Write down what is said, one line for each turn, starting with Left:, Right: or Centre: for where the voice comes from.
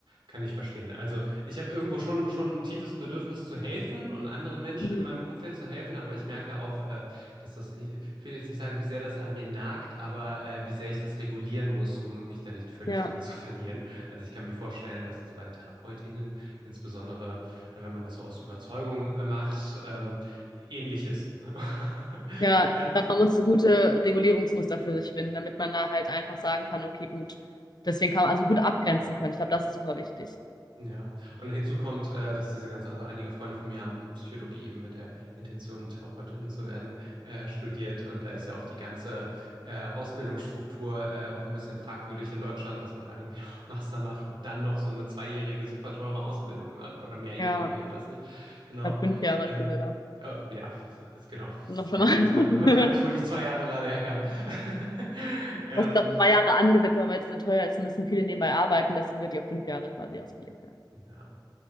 Right: kann ich verstehen. Also ich habe irgendwo schon, schon ein tiefes Bedürfnis zu helfen und anderen Menschen
Left: Mhm.
Right: in meinem Umfeld zu helfen, aber ich merke auch, äh, dass das, ich will jetzt nicht sagen, wie sehr das an mir nagt, aber äh, wie sehr ich das regulieren muss, um mich da nicht völlig
Left: Ja,
Right: drin zu verlieren. Also ich kann mir vorstellen, dass das bei TherapeutInnen, insbesondere äh, wenn man das so aus Überzeugung äh, macht, ähm, ähnlich ist. <laughs>
Left: ja, ich
Right: Ähm,
Left: glaube, man muss so gute Regulierungsmuster für sich finden, damit man da halt einfach sagen kann, okay, gut. Deswegen kann man also gut abgrenzen können. Ich glaube, das ist super wichtig.
Right: Ja, und hinzu kommt, äh, dass diese ganze, also einige Freunde von mir haben Psychologie eben mit der Intention, Therapeutin zu werden, äh, studiert. Und da ist ja auch die ganze äh, Ausbildungsstruktur äh, auch ein bisschen fragwürdig in Deutschland, dass man halt irgendwie noch <laughs> Master macht und dann noch so eine zweijährige, super teure Ausbildung macht oder mehrjährige,
Left: Ja,
Right: ich weiß nicht genau.
Left: ich glaube, fünf Jahre
Right: Ähm,
Left: ist die sogar.
Right: äh, ja, ist genau,
Left: Noch
Right: zwei,
Left: schon mal.
Right: ich weiß gerade <laughs> gar nicht,
Left: <laughs>
Right: wo die zwei Jahre gerade herkamen. <laughs> Ähm,
Left: Das ist doch zwei Jahre angesetzt, aber weil sie so teuer ist, müssen viele nebenbei arbeiten. Deswegen wird die auf fünf Jahre quasi ausgelegt. Ja.
Right: ja.